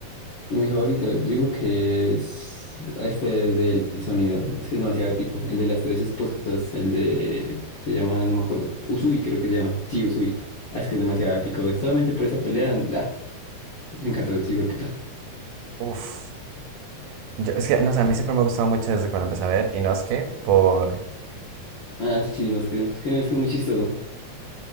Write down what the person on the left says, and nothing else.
Y Mi favorito, yo digo que es este del sonido. Es que es demasiado épico. El de las tres esposas, el de, se llama, no me acuerdo, Usui creo que se llama. Sí, Usui. Ah, es que es demasiado épico. Solamente por esa pelea, ah, me encantó ese hijo de puta.
Ah, sí, no, es que, es que es que es muy chistoso.